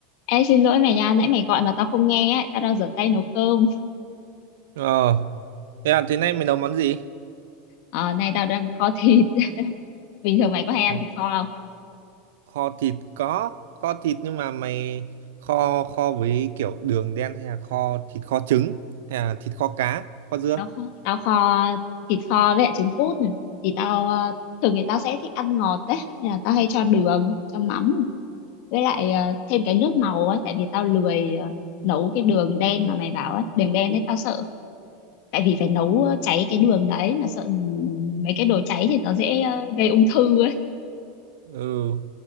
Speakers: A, on the left; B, on the right.
A: Ê xin lỗi mày nha, nãy mày gọi mà tao không nghe á, tao đang rửa tay nấu cơm.
B: Ờ, thế à, thế nay mày nấu món gì?
A: Ờ, nay tao đang kho thịt. <laughs> Bình thường mày có hay
B: Ờ,
A: ăn thịt kho không?
B: Kho thịt có, kho thịt nhưng mà mày kho kho với kiểu đường đen hay là kho thịt kho trứng hay là thịt kho cá, kho dưa?
A: Tao kho, tao kho thịt kho với lại trứng cút. Thì tao ờ, thường thì tao sẽ thích ăn ngọt đấy, nên là tao hay cho đường, cho mắm với lại ờ, thêm cái nước màu ấy tại vì tao lười ờ, nấu cái đường đen mà mày bảo ấy, đường đen đấy tao sợ. Tại vì phải nấu ờ, cháy cái đường đấy mà sợ mấy cái đồ cháy thì nó dễ ờ, gây ung thư ấy.
B: Ừ,